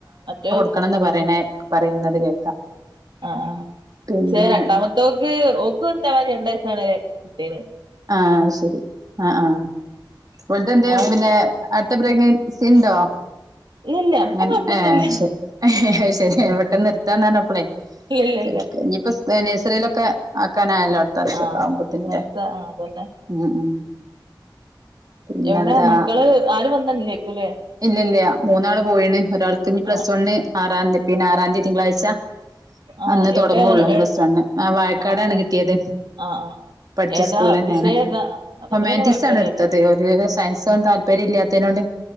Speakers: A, on the right; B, on the right.
A: മറ്റോ
B: <unintelligible> പറയണ പറയുന്നത് കേക്കാം
A: ആ ആ
B: പിന്നെ
A: ശേ രണ്ടാമത്തെക്ക് ഓക്ക്ന്തേമാതിരി രണ്ട് വയസാണ് കിട്ടീത്
B: ആ ശരി ആ ആ ഇപ്പഴത്തെ എന്റെ
A: ആ
B: പിന്നെ അടുത്ത പ്രെഗ്നൻസി ഉണ്ടോ
A: ഇല്ലല്ല ഇപ്പൊ
B: അങ്ങനെ
A: കൊഴപ്പൊന്നുല്ല
B: ആ ശ ശെ പെട്ടെന്ന് നിർത്താന്ന് പറഞ്ഞപ്പളെ
A: ഇല്ലല്ല
B: ശ
A: ഇല്ല
B: ഇനിയിപ്പ നഴ്സറിയിലൊക്കെ ആക്കാനായല്ലോ വർഷൊക്കെ
A: ആ
B: ആവുമ്പോത്തിനല്ലേ
A: എന്നത്തെ ആ അതന്നെ
B: ഉം ഉം പിന്നെന്താ
A: എവിടെ മക്കള് ആര് പറഞ്ഞാലും കേക്കൂല്ലേ
B: ഇല്ല ഇല്ല മൂന്നാള് പോയിണ് ഒരാൾക്ക് ഇനി പ്ലസ്
A: ആഹ്
B: വണ് ആറാം തീ പിന്നെ ആറാം തീയതി തിങ്കളാഴ്ച
A: ആഹ്
B: അന്ന് തുടങ്ങുള്ളൂ
A: എവിടെ ഓന് ആഹ്
B: പ്ലസ് വണ്ണ് ആ വായക്കാടാണ്
A: ആഹ്
B: കിട്ടിയത്
A: ആഹ് ആഹ് ആഹ്
B: പഠിച്ച
A: ഏതാ
B: സ്കു സ്കൂള് തന്നെയാണ്
A: വിഷയം ഏതാ അതുകൊണ്ട്
B: ഹ്യുമാനിറ്റീസ്
A: പിന്നെ കൊഴപ്പല്ലല്ലോ
B: ആണ് എടുത്തത് ഒരു വിധം സയൻസും ഒന്നും താല്പര്യം ഇല്ലാത്തോനെണ്ട്